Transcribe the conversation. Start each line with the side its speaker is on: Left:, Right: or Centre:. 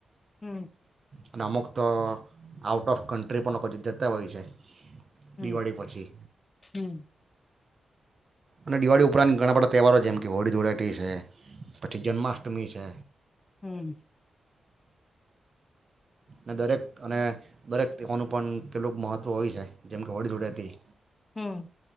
Left: હમ
Right: અને અમુક તો આઉટ ઓફ કન્ટ્રી પણ લોકો જતા હોય છે
Left: હમ
Right: દિવાળી પછી
Left: હમ
Right: અને દિવાળી ઉપરાંત ઘણા બધા તહેવારો જેમ કે હોળી ધુળટી છે પછી જન્માષ્ટમી છે
Left: હમ
Right: અને દરેક અને દરેક તેવાનું પણ કેટલુંક મહત્ત્વ હોય છે જેમ કે હોળી જોળે હતી
Left: હમ